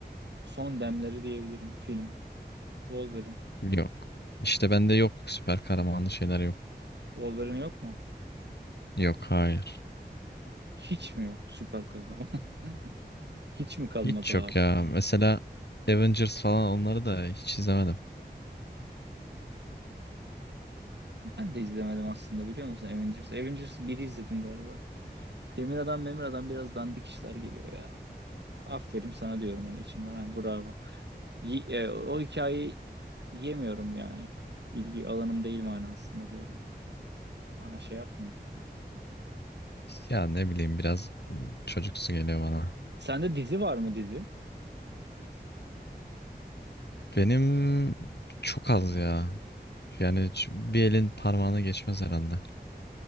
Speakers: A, on the right (about 80°); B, on the left (about 70°).
A: son demleri diyebilirim film. Wolverine.
B: Yok. İşte bende yok süper kahramanlı şeyler yok.
A: Wolverine yok mu?
B: Yok hayır.
A: Hiç mi yok süper kahraman? <laughs> Hiç mi kalmadı
B: Hiç yok
A: abi?
B: ya. Mesela Avengers falan onları da hiç izlemedim.
A: Ben de izlemedim aslında biliyor musun Avengers? Avengers biri izledim galiba. Demir Adam, Memir Adam biraz dandik işler geliyor ya. Aferin sana diyorum hani içimden. Ha, bravo. Ye- e, o hikayeyi yemiyorum yani. İlgi alanım değil manasında diyorum. Bana şey yapmıyor.
B: Ya ne bileyim biraz çocuksu geliyor bana.
A: Sende dizi var mı dizi?
B: Benim çok az ya. Yani hiç bir elin parmağına geçmez herhalde.